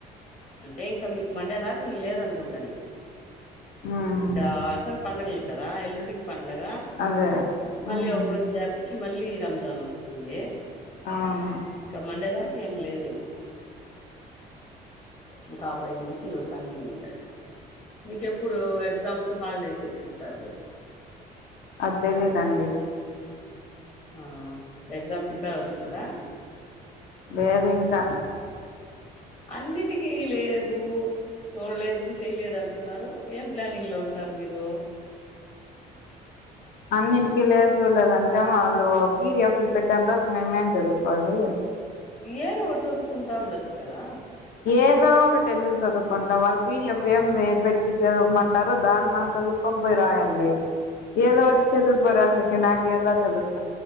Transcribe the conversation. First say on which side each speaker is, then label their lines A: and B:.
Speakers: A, on the left; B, on the left.
A: అంటే ఇంకా మీకు మండే దాకా ఇంగ లేదన్ కుంట ని
B: ఉమ్
A: ఇక వర్సగ పండగలు కదా ఎల్లుండికి పండగ
B: అదే
A: మళ్ళీ
B: ఉమ్
A: ఒక రోజు గ్యాప్ ఇచ్చి మళ్ళీ రంజాన్ వస్ ంది
B: అవును
A: ఇంకా మండే దాకా ఏం లేదేమో. ఇంకా పై నుంచి కంటిన్యూ ఉంటాయి మీకేప్పుడు ఎగ్జామ్స్ హాలిడేస్ ఎప్పుడు ఇస్తారు.
B: అది తెలిదండి.
A: ఆ ఎగ్జామ్ ప్రిపేర్ అవుతున్నారా.
B: లేదు ఇంకా.
A: అన్నిటికీ లేదు చూడలేదు చేయలేదు అంటున్నారు ఏం ప్లానింగ్ లో ఉంటా. టారు మీరు.
B: అన్నింటి లేదు సూలేదంటే వాళ్ళు పీడిఎఫ్ లు పెట్టేంత వరకు మేమేం చదువుకోవాలి.
A: ఏదో ఒటి సదువుకుంటా ఉండొచ్చు కదా.
B: ఏదో ఒకటి ఎందుకు చదువుకుంటావ్ వాళ్ పీడి య ఫ్ ఏం ఎ పెట్టి చదవమంటారో దాని మన చదువుకొని బోయ్ రాయాల్లే. ఏదో ఒకటి చదు పో రాసకి నాకు ఎలా తెలుస్